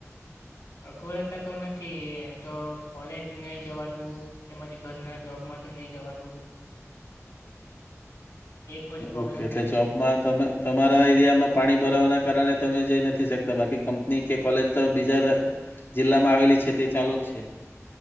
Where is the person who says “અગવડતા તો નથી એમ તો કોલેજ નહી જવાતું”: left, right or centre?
Left